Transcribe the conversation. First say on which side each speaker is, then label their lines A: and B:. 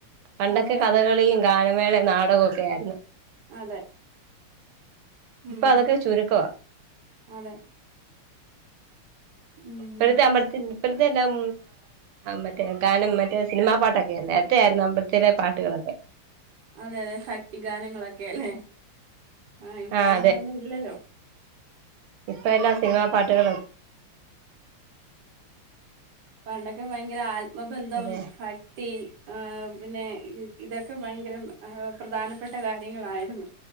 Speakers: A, on the right (about 85°); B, on the right (about 60°).
A: പണ്ടൊക്കെ
B: അതെ അതെ
A: കഥകളിയും ഗാനമേളം നാടകമൊക്കെ ആയിരുന്നു.
B: അതെ. ഉം
A: ഇപ്പൊ അതൊക്കെ ചുരുക്കവാ
B: അതെ ഉം
A: ഇപ്പൊഴുത്തേ അമ്പല ഇപ്പോഴത്തെ എല്ലാം മറ്റേ ഗാനം മറ്റേ സിനിമാ പാട്ടൊക്കെ നേരത്തെ ആയിരുന്നു അമ്പലത്തിലെ പാട്ടുകളൊക്കെ.
B: അതെ അതെ ഭക്തി ഗാനങ്ങളൊക്കെ അല്ലേ ആ ഇപ്പൊ
A: ആഹ്
B: അങ്ങനൊന്നും ഇല്ലല്ലോ?
A: ഇപ്പൊ എല്ലാം
B: ഉം
A: സിനിമാ പാട്ടുകളും
B: പണ്ടൊക്കെ ഭയങ്കര ആത്മബന്ധം
A: അതെ
B: ഭ ക്തീ ആ പിന്നെ ഇതൊക്കെ ഭയങ്കരം പ്രധാനപ്പെട്ട കാര്യങ്ങളായിരുന്നു.